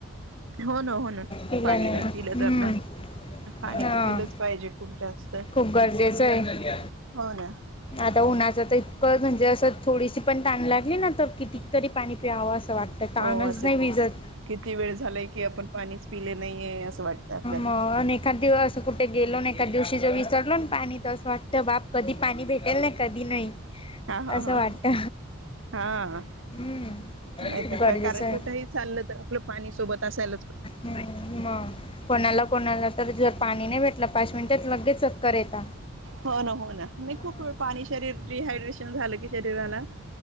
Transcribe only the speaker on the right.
हो ना हो ना
पाणी नाही पिलं
तर ना पाणी
तर पिलंच पाहिजे खूप जास्त
हो ना
हो
असे
किती वेळ झालाय की आपण पाणीच पिले नाहीये असं वाटतं आपल्याला
हा ह
ह हा
नाही तर का
कारण
कुठेही चाललं तर आपलं पाणी सोबत. असायला
हो ना हो ना मी
खूप वेळ पाणी शरीर डिहायड्रेशन झालं की शरीराला